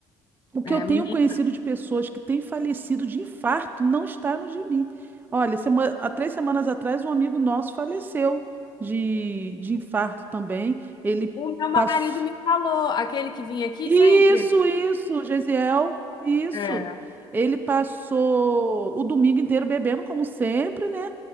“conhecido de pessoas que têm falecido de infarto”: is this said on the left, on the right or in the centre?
Right